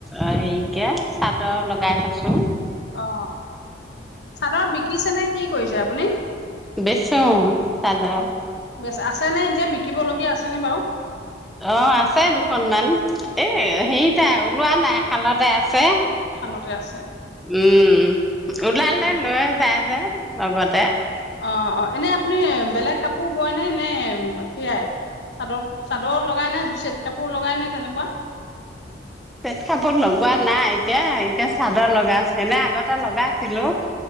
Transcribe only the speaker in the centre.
আহ তে চাদৰ লগাই থৈছো
বেছো চাদাৰ
অ আছে দুখনমান এ হেৰিত ওলোৱা নাই খালতে আছে
উম ওলালে
লৈ যাই যে ভগুৱতে
চেট কাপোৰ লগোৱা নাই এতিয়া এতিয়া চাদৰ লগা আছে এনে আগতে লগাই ছিলো